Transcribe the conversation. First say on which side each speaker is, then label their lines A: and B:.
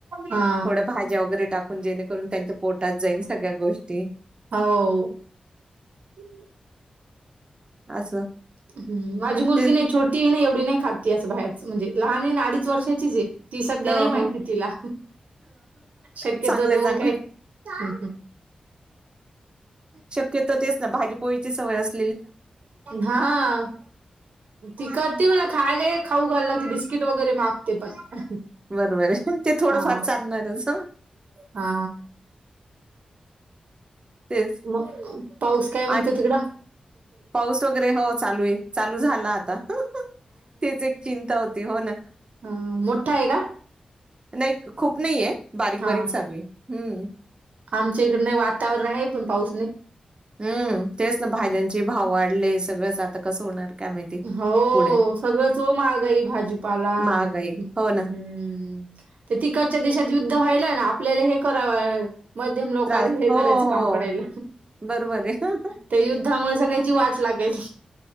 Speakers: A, on the right; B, on the right.
A: हा
B: थोड्या भाज्या वगैरे टाकून जेणेकरून त्यांच्या पोटात जाईन सगळ्यात गोष्टी
A: हो
B: असं
A: हम माझी मुलगी
B: तेच
A: नाही छोटी आहे नाही एवढी नाही खात अस बाहेरच म्हणजे लहान आहे आणि अडीच वर्षाचीच आहे ती सध्या
B: हो
A: नाही माहिती
B: हो
A: तिला शक्यतो
B: चांगलंय चांगलं
A: मग काय अ
B: शक्यतो तेच ना भाजी पोळीची सवय असते
A: हा ती करते मला खायला खाऊ घायला लागते बिस्किट वगैरे मागते पण
B: बरोबर आहे ते थोडंफार
A: हा
B: चालणारच
A: हा
B: तेच
A: मग पाऊस काय म्हणतो
B: आणि
A: तिकड
B: पाऊस वगैरे हो चालू आहे चालू झाला आता तेच एक चिंता होती हो ना
A: हम मोठा आहे का
B: नाही खूप नाहीय बारीक
A: हा
B: बारीक चाल आहे हम्म.
A: आमच्या इकड नाही वातावरण आहे पण पाऊस नाही.
B: हम्म तेच ना
A: हम्म.
B: भाज्यांचे भाव वाढले सगळंच आता कसं होणार. काय माहिती
A: हो
B: पुढे
A: सगळं जो महागाई भाजीपालान
B: महागाई.
A: हम्म
B: हो ना.
A: ते तिकटच्या देशात युद्ध व्हाला ना आपल्याला हे कराव. मध्यम लोकांनी
B: त्रास
A: हे
B: हो,
A: करायचं काम
B: हो.
A: पडायल
B: बरोबर आहे.
A: त्या युद्धामुळे सगळ्याची वाच लागे.